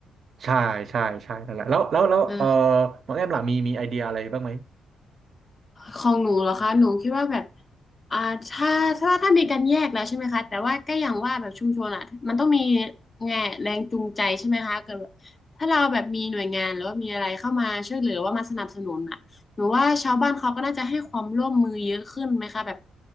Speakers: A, on the right; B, on the left.
A: ใช่ใช่ใช่นั่นแหละแล้วแล้วแล้วเออ
B: เออ
A: น้องแอมล่ะมีมีไอเดียอะไรบ้างไหม
B: ของหนูเหรอคะหนูคิดว่าแบบอ่าถ้าถ้าถ้ามีการแยกแล้วใช่ไหมคะแต่ว่าก็อย่างว่าแบบชุมชนอ่ะมันต้องมีแง่แรงจูงใจใช่ไหมคะเกิดแบบถ้าเราแบบมีหน่วยงานหรือว่ามีอะไรเข้ามาช่วยเหลือว่ามาสนับสนุนอ่ะหนูว่าชาวบ้านเขาก็น่าจะให้ความร่วมมือเยอะขึ้นไหมคะแบบ